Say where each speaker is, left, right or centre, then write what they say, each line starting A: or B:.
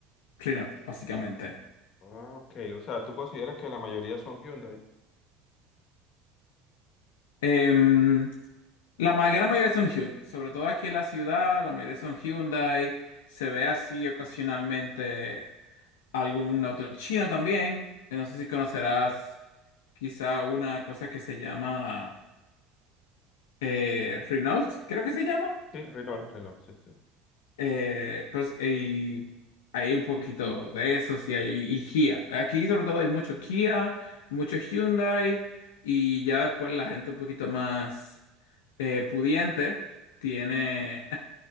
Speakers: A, on the left (about 80°); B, on the left (about 50°).
A: Renault, básicamente.
B: Ah, ok. O sea, ¿tú consideras que la mayoría son Hyundai?
A: Em, La ma- gran mayoría son Hyundai, sobre todo aquí en la ciudad, la mayoría son Hyundai. Se ve así ocasionalmente algún auto chino también. Eh, No sé si conocerás quizá una cosa que se llama eh, Renault, creo que se llama.
B: Sí, Renault, Renault, sí, sí.
A: Eh, pero es- y hay un poquito de eso, sí, hay, y Kia. Aquí sobre todo hay mucho Kia, mucho Hyundai y ya después la gente un poquito más eh, pudiente tiene